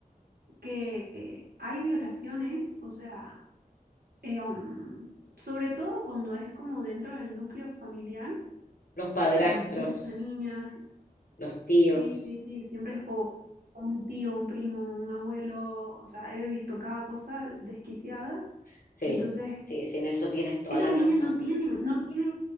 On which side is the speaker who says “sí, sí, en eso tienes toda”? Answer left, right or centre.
Left